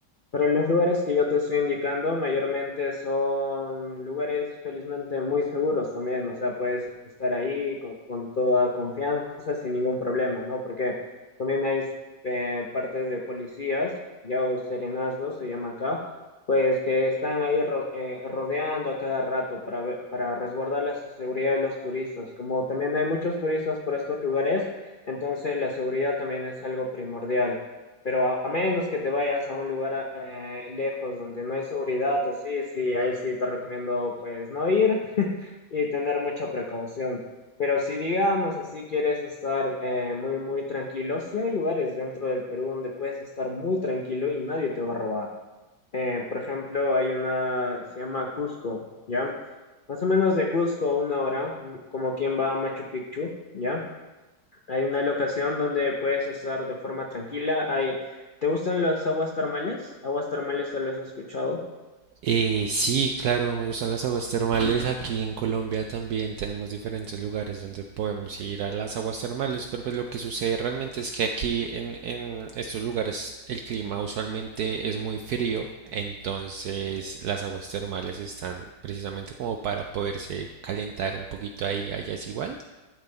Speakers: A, on the left (about 60°); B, on the right (about 75°).
A: Pero los lugares que yo te estoy indicando mayormente son lugares felizmente muy seguros también, o sea, puedes estar ahí con, con toda confianza, sin ningún problema, ¿no? Porque también hay eh, partes de policías, ya o serenazgos se llama acá, pues que están ahí ro- eh, rodeando a cada rato para, ver- para resguardar la seguridad de los turistas. Como también hay muchos turistas por estos lugares, entonces la seguridad también es algo primordial. Pero a, a menos que te vayas a un lugar eh, lejos donde no hay seguridad, así, sí, sí, ahí sí te recomiendo pues no ir <laughs> y tener mucha precaución. Pero si digamos así quieres estar eh, muy, muy tranquilo, sí hay lugares dentro del Perú donde puedes estar muy tranquilo y nadie te va a robar. Eh, por ejemplo, hay una, se llama Cusco, ¿ya? Más o menos de Cusco una hora, mm, como quien va a Machu Picchu, ¿ya? Hay una locación donde puedes estar de forma tranquila. Hay... ¿Te gustan las aguas termales? Aguas termales tal vez has escuchado.
B: Eh, sí, claro, me gustan las aguas termales. Aquí en Colombia también tenemos diferentes lugares donde podemos ir a las aguas termales, pero pues lo que sucede realmente es que aquí en, en estos lugares el clima usualmente es muy frío. Entonces las aguas termales están precisamente como para poderse calentar un poquito ahí. ¿Allá es igual?